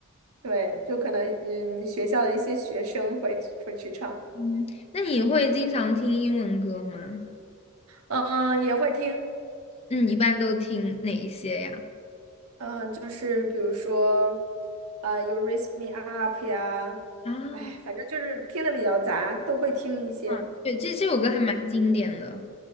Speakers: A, on the right; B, on the left.
A: 对，就可能嗯学校的一些学生会会去唱。
B: <laughs> 嗯，那你会经常听英文歌吗？
A: 嗯，也会听，
B: 嗯，一般都听哪一些呀？
A: 嗯，就是比如说，呃，You Raise Me Up 呀，
B: 啊，
A: 哎，反正就是听的比较杂，都会听一些。
B: 啊，对，这这首歌还蛮经典的，